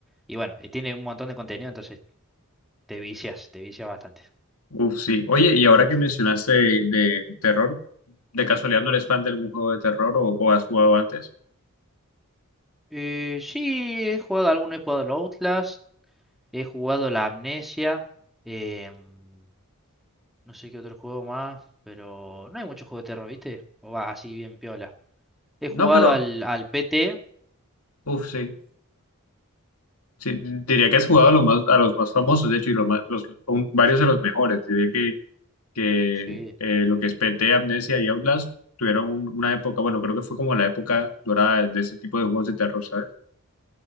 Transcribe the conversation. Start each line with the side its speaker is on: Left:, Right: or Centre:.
Centre: y bueno, y tiene un montón de contenido, entonces te vicias, te vicias bastante.
Left: Uf, sí. Oye, y ahora que mencionaste de, de terror, ¿de casualidad no eres fan de algún juego de terror o, o has jugado antes?
Centre: Eh, sí, he jugado alguno, he jugado el Outlast, he jugado la Amnesia, em, no sé qué otro juego más, pero no hay mucho juego de terror, ¿viste? O va así bien piola. He
Left: No,
Centre: jugado
Left: pero,
Centre: al, al PT.
Left: uf, sí. Sí, diría que has jugado a los más, a los más famosos, de hecho, y los más- los, un- varios de los mejores. Diría que, que
Centre: Sí,
Left: eh, lo que es PT, Amnesia y Outlast tuvieron un- una época, bueno, creo que fue como la época dorada de de ese tipo de juegos de terror, ¿sabes?